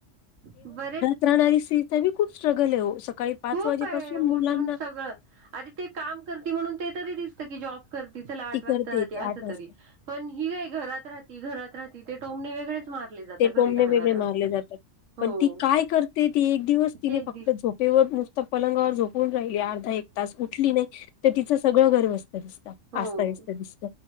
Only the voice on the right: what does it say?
बरेच
खूप
आहे
उठून सगळं आता ती काम करती म्हणून ते तरी दिसत कि जॉब करते चला आठ
वाजता
जाते
अस
तरी पण ही काय घरात राहती घरात राहती ते टोमने वेगळेच मारले जातात
घरी
राहणाऱ्यावर
तर
हो
ते
दिस
हो